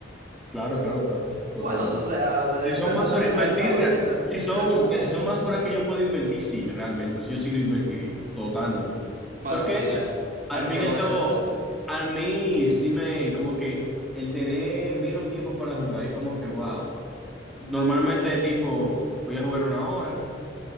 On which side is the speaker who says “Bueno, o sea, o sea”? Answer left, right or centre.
Right